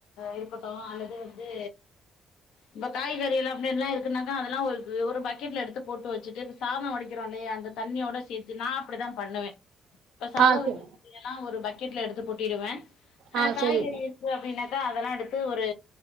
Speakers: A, on the left (about 80°); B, on the right (about 80°).
A: இருக்கட்டு அல்லது வந்து இப காய்கறிகள் அப்படின்லா இருக்குனாக்க அதெல்லா ஒரு ஒரு பக்கெட்ல எடுத்து போட்டு வச்சுட்டு இப்ப சாதொ வடிக்கிறோல்லை யா அந்த தண்ணியோட சேத்து நா அப்படிதா பண்ணுவே இப்ப சாத
B: ஆ
A: வடிக்கிற
B: சரி
A: கஞ்சி எல்லா ஒரு பக்கெட்ல எடுத்து கொட்டிடுவே அ
B: ஆ
A: காய்கறி
B: சரி
A: இருக்கு அப்படின்னாக் ட அதெலா எடுத்து ஒரூ